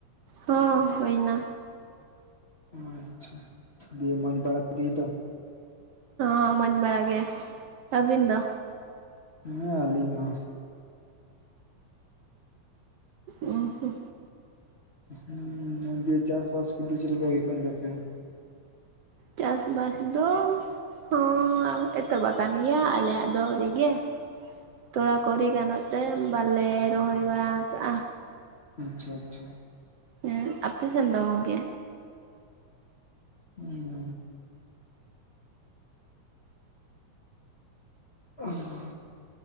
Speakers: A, on the right; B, on the left.
A: ᱦᱚᱸ ᱦᱩᱭ ᱮᱱᱟ
B: ᱚ ᱟᱪᱪᱷᱟ ᱫᱤᱭ ᱢᱚᱸᱡᱽ ᱵᱟᱲᱟ ᱜᱮ ᱛᱚ
A: ᱦᱚᱸ ᱢᱚᱸᱡᱽ ᱵᱟᱲᱟ ᱜᱮ ᱟᱹᱵᱤᱱ ᱫᱚ
B: ᱦᱮᱸ ᱟᱹᱞᱤᱧ ᱦᱚᱸ
A: ᱚᱦᱚ
B: ᱦᱩᱸ ᱫᱤᱭᱮ ᱪᱟᱥᱵᱟᱥ ᱠᱚᱫᱚ ᱪᱮᱫᱞᱮᱠᱟ ᱦᱩᱭᱩᱜ ᱠᱟᱱ ᱛᱟᱯᱮᱭᱟ
A: ᱪᱟᱥᱵᱟᱥ ᱫᱚᱼ ᱦᱚᱸ ᱮᱛᱚᱦᱚᱵ ᱟᱠᱟᱱ ᱜᱮᱭᱟ ᱟᱞᱮᱭᱟᱜ ᱫᱚ ᱟᱹᱰᱤᱜᱮ ᱛᱚ ᱚᱱᱟ ᱠᱚ ᱟᱣᱨᱤ ᱜᱟᱱᱚᱜ ᱛᱮ ᱵᱟᱞᱮ ᱨᱚᱦᱚᱭ ᱵᱟᱲᱟ ᱠᱟᱜᱼᱟ
B: ᱟᱪᱪᱷᱟ ᱟᱪᱪᱷᱟ
A: ᱦᱮᱸ ᱟᱯᱮ ᱥᱮᱱ ᱫᱚ ᱜᱚᱝᱠᱮ
B: ᱦᱩᱸ <unintelligible>